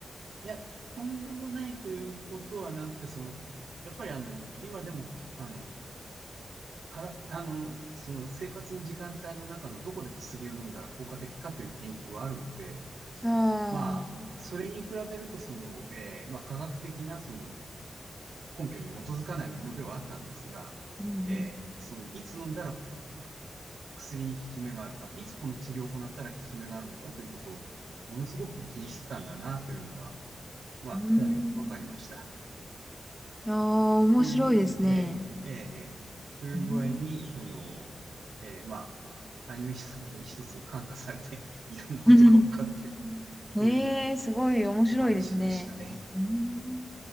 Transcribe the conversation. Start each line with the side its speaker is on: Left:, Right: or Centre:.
Right: いや、とんでもないということはなくて、その、やっぱりあの、今でも、あの、から、あの、その生活の時間帯の中のどこで薬を飲んだら効果的かという研究はあるので、
Centre: ああ、
Right: まあ、それに比べると、その、えーまあ、科学的な、その、根拠に基づかないものではあったんですが、
Centre: うんうん。
Right: えーその、いつ飲んだら薬に効き目があるか、いつこの治療を行ったら効き目があるのかということを、ものすごく気にしてたんだな、というのが、まあ、
Centre: うーん。
Right: 本を読んで分かりました。
Centre: いやー、面白いですね。
Right: というぐ、ええ、ええ、という具合に、
Centre: うん。
Right: その、ええ、まあ、アニメ作品一つに感化されて、<laughs> いろんなことがわかるという、
Centre: <laughs>
Right: そういう
Centre: ええすごい面白いですね。
Right: お話でしたね。
Centre: うん